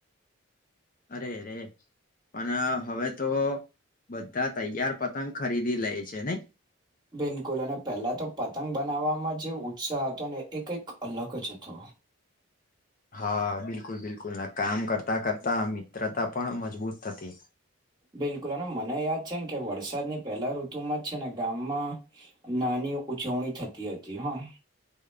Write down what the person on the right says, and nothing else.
બિલકુલ અને પહેલા તો પતંગ બનાવવામાં જે ઉત્સાહ હતો ને એ કંઈક અલગ જ હતો.
બિલકુલ અને મને યાદ છે, ને કે વરસાદની પહેલા ઋતુમાં જ છે ને ગામમાં નાની ઉજવણી થતી હતી, હા